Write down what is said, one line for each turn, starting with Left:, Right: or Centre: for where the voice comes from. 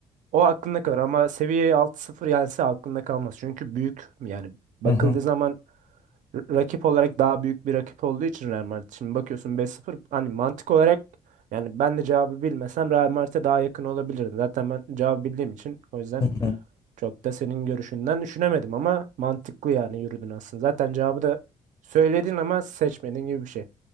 Right: o aklında kalır ama seviyeyi 6-0 yense aklında kalmaz. Çünkü büyük yani bakıldığı
Left: Hı hı.
Right: zaman r- rakip olarak daha büyük bir rakip olduğu için Real Madrid. Şimdi bakıyorsun 5 sıfır hani mantık olarak yani ben de cevabı bilmesem Real Madrid'e daha yakın olabilirdim. Zaten ben cevabı bildiğim için o yüzden
Left: Hı hı.
Right: çok da senin görüşünden düşünemedim ama mantıklı yani yürüdün aslında. Zaten cevabı da söyledin ama seçmedin gibi bir şey.